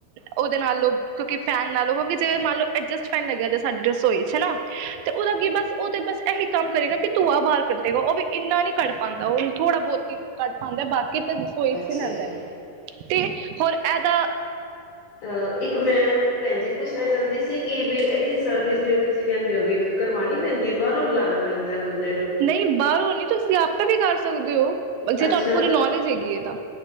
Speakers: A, on the right (about 80°); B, on the left (about 55°).
A: ਉਹਦੇ ਨਾਲ ਲੋਕ ਕਿਉਂਕਿ ਫੈਨ ਨਾਲੋਂ ਕਿਉਂਕਿ ਜੇਂ ਮੰਨ ਲਓ ਐਗਜ਼ਾਸਟ ਫੈਨ ਲੱਗਿਆ ਸਾਡੀ ਰਸੋਈ ਚ, ਹੈਨਾ ਤੇ ਉਹਦਾ ਕੀ ਬਸ ਉਹ ਤੇ ਬਸ ਇਹੀ ਕੰਮ ਕਰੇਗਾ ਕਿ ਧੂਆ ਬਾਹਰ ਕੱਢੇਗਾ, ਉਹ ਵੀ ਇੰਨਾ ਨੀ ਕੱਢ ਪਾਉਂਦਾ, ਉਹ ਥੋੜਾ ਬਹੁਤ ਹੀ ਕੱਢ ਪਾਉਂਦਾ ਬਾਕੀ ਕਿਤੇ ਰਸੋਈ ਚ
B: ਅੱਛਾ
A: ਹੀ ਨਾ ਆਦਾ,
B: ਜੀ।
A: ਤੇ ਹੋਰ ਇਹਦਾ
B: ਅਹ ਇੱਕ ਮੈਂ ਭੈਣਜੀ ਪੁੱਛਣਾ ਚਾਹਦੀ ਸੀ ਕਿ ਵੀ ਇਹਦੀ ਸਰਵਿਸ ਜ ਤੁਸੀਂ ਕਹਿੰਦੇ ਹੋ, ਕਰਵਾਉਣੀ ਪੈਂਦੀ ਹੈ, ਬਾਹਰੋਂ ਬੁਲਾਉਣਾ ਪੈਂਦਾ ਬੰਦਾ
A: ਨਹੀਂ ਬਾਹਰੋਂ ਨਹੀਂ ਤੁਸੀਂ ਆਪੇ ਵੀ ਕਰ ਸਕਦੇ ਹੋ, ਜੇ
B: ਅੱਛਾ
A: ਤੁਹਾਨੂੰ ਪੂਰੀ ਨੌਲੇਜ ਹੈਗੀ ਹੈ ਤਾਂ